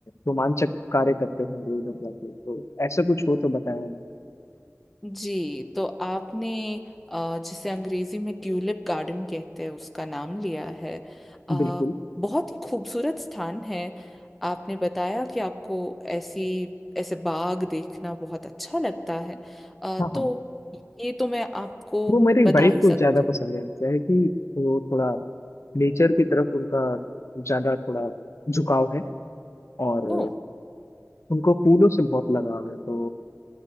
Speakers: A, on the left; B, in the centre.
A: रोमांचक कार्य करते होंगे उधर जाके तो ऐसा कुछ हो तो बताएं आप।
B: जी तो आपने अ, जिसे अंग्रेजी में ट्यूलिप गार्डन कहते हैं उसका नाम लिया है अ,
A: बिल्कुल
B: बहुत ही खूबसूरत स्थान है आपने बताया कि आपको ऐसी ऐसे बाग देखना बहुत अच्छा लगता है अ,
A: हाँ
B: तो
A: हाँ
B: ये तो मैं आपको
A: वो मेरी
B: बता
A: वाइफ
B: ही
A: को
B: सकती
A: ज्यादा
B: हूँ
A: पसंद है क्या है कि वो थोड़ा नेचर की तरफ उनका ज्यादा थोड़ा झुकाव है और
B: ओ
A: उनको फूलों से बहुत लगाव है तो